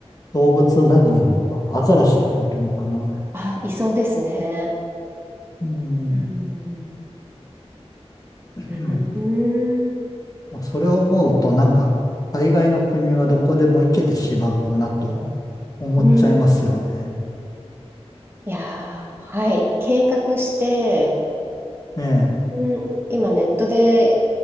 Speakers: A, on the left (about 35°); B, on the right (about 20°).
A: 動物何がいるのかなアザラシとかいるのかな
B: あ、いそうですね。
A: うん、
B: うん。
A: もうん
B: うん。
A: まあ、それを思うと、なんか、大概の国はどこでも行けてしまうなと思っちゃいますよね。
B: うんいやー、はい。計画して、
A: ええ、
B: うん、今ネットで、